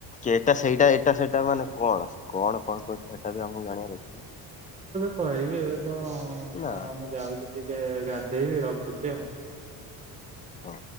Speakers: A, on the left; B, on the right.
A: ଏଟା ସେଇଟା ଏଇଟା ସେଇଟା ମାନେ କଣ ସେ କଣ କଣ କ ସେଇଟା ବି ଆମକୁ ଜାଣାର ଅଛି। ନା।
B: ହଁ ଏ ବି ଏବେ। ତ
A: ନା
B: ମୁଁ ଯାଉଛି ଟିକେ। ଗାଧେଇବି ରଖୁଛି ଆଉ।
A: ଓ।